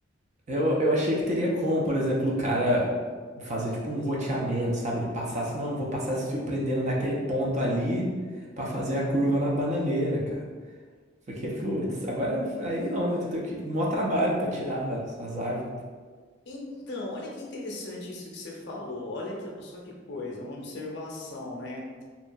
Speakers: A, on the right (about 40°); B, on the left (about 60°).
A: Eu, eu achei que teria como, por exemplo, o cara fazer tipo um roteamento, sabe? Ele passasse, não, vou passar esse fio prendendo naquele ponto ali pra fazer a curva na bananeira, cara. Porque, putz, agora aí não, eu tenho que mó trabalho pra tirar as, as árvores.
B: Então, olha que interessante isso que você falou. Olha que- só que coisa, uma observação, né?